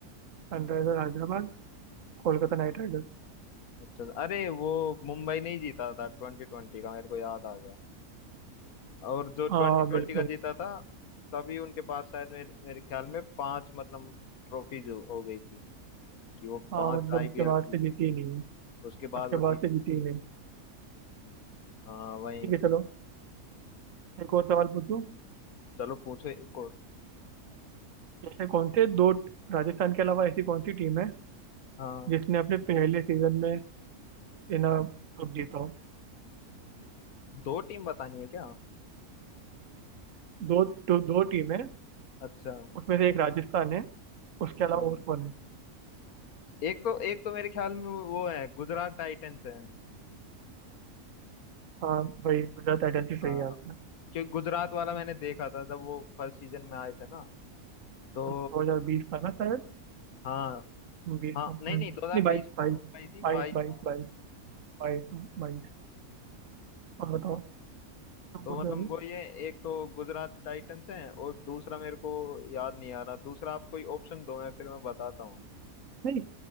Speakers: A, on the right (about 60°); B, on the left (about 75°).
A: Sunriser Hyderabad Kolkata
B: हम्म,
A: Knight Riders
B: अच्छा अरे वो मुंबई नहीं जीता था ट्वेंटी ट्वेंटी का मेरे को याद आ गया और जो ट्वेंटी
A: हाँ
B: ट्वेंटी
A: बिल्कुल
B: का जीता था तभी उनके पास शायद मेरे मेरे ख्याल में पांच मतलब ट्रॉफी जो हो गई थी कि वो
A: हाँ
B: पांच
A: मतलब
B: आईपीएल
A: उसके बाद
B: जीत
A: से जीती
B: के
A: ही नहीं
B: उसके बाद
A: उसके
B: वो जीती
A: बाद से जीती ही नहीं
B: हाँ वही
A: ठीक है चलो एक और सवाल पूछूं
B: चलो पूछो एक और
A: ऐसे कौन से दो राजस्थान के अलावा ऐसी कौन सी टीम है
B: हाँ
A: जिसने अपने पहले सीजन में बिना कप जीता हो
B: दो टीम बतानी है क्या
A: दो दो, दो टीम है
B: अच्छा
A: उसमें से एक राजस्थान है उसके अलावा
B: हाँ
A: और कौन है
B: एक तो एक तो मेरे ख्याल में वो वो है गुजरात टाइटंस है
A: हाँ वही गुजरात टाइटंस ही सही
B: हाँ
A: आंसर है।
B: क्योंकि गुजरात वाला मैंने देखा था जब वो फर्स्ट सीजन में आए थे ना तो
A: हम्म, दो हजार बीस था ना शायद
B: हाँ
A: हम्म, बीस
B: हाँ
A: था हम्म,
B: नहीं नहीं 2020
A: नहीं बाईस बाईस
B: में आई थी
A: बाईस
B: बाईस
A: बाईस
B: था
A: बाईस बाईस बाईस और बताओ
B: हाँ,
A: तुम
B: तो
A: पूछो
B: मतलब
A: अभी
B: वो ये एक तो गुजरात टाइटंस है और दूसरा मेरे को याद नहीं आ रहा दूसरा आप कोई ऑप्शन दो मैं फिर मैं बताता हूँ
A: नहीं